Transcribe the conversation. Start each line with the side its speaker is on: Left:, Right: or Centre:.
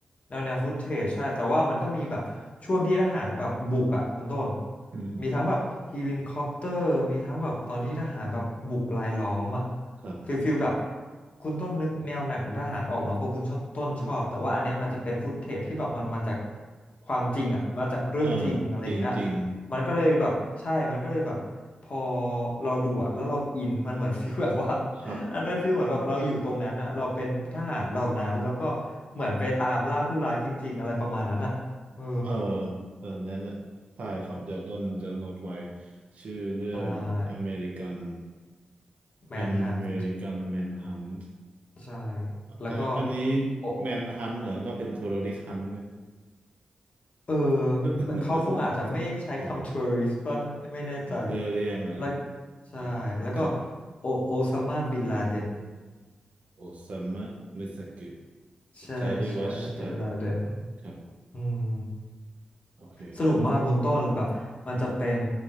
Left: แนวแนวฟุตเทจใช่แต่ว่ามันก็มีแบบช่วงที่ทหารแบบบุกอ่ะคุณต้น
Right: อืม
Left: มีทั้งแบบเฮลิคอปเตอร์มีทั้งแบบตอนที่ทหารแบบบุกลายล้อมอ่ะ
Right: ครับ
Left: ฟิลฟิลแบบคุณต้นนึกแนวหนังทหารออกเนาะเพราะคุณชอบต้นชอบแต่ว่าอันเนี้ยมันจะเป็นฟุตเทจที่แบบมันมาจาก
Right: อืม
Left: ความจริงอ่ะมาจากเรื่องจริงอะไรอย่างเงี้ย
Right: เออจริงจริง
Left: มันก็เลยแบบใช่มันก็เลยแบบพอเราดูอะแล้วเราอินมันเหมือน <laughs> ฟีลแบบว่า
Right: ครับ
Left: อันเป็นฟีลเหมือนแบบเราอยู่ตรงนั้นอ่ะเราเป็นทหารเหล่านั้นแล้วก็เหมือนไปตามล่าผู้ร้ายจริงๆอะไรประมาณนั้นอ่ะเออ
Right: เออเออนั่นน่ะใช่ครับเดี๋ยวต้นจะโน้ตไว้ชื่อเรื่องอเมริกัน
Left: ได้แมนฮันต์
Right: อเมริกันแมนฮันต์
Left: ใช่แล้วก็
Right: อันอันนี้
Left: โอ
Right: แมนฮันต์เหรอน่าเป็นเทอร์ริสต์ฮันต์เนี่ย
Left: เออ
Right: <laughs>
Left: เขาคงอาจจะไม่ใช้คำทัวริสต์ป่ะไม่แน่ใจ
Right: อ๋ออ๋อเพื่อเรียกอะนะ
Left: แล้วใช่แล้วก็
Right: ครับครับ
Left: โอโอซามาบินลาเดน
Right: โอซามะมิซาก
Left: ใช่ใช่บินลาเดน
Right: ุคาริวัชตะครับ
Left: อืม
Right: โอเค
Left: สนุกมากคุณต้นแบบมันจะเป็น